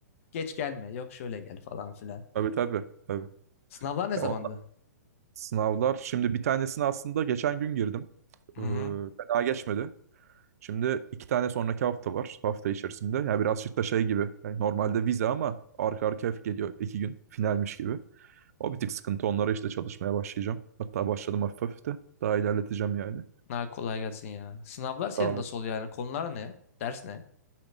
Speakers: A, on the left; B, on the right.
A: geç gelme yok şöyle gel falan filan.
B: Tabii tabii tabii.
A: Sınavlar ne
B: Ya
A: zamandı?
B: ondan- sınavlar şimdi bir tanesini aslında geçen gün girdim. Ee,
A: Hı hı.
B: fena geçmedi. Şimdi iki tane sonraki hafta var. Hafta içerisinde. Yani birazcık da şey gibi. Yani normalde vize ama arka arkaya geliyor iki gün finalmiş gibi. O bir tık sıkıntı. Onlara işte çalışmaya başlayacağım. Hatta başladım hafif hafif de. Daha ilerleteceğim yani.
A: Ha, kolay gelsin ya. Sınavlar senin
B: Sağ
A: nasıl oluyor yani konular ne? Ders ne?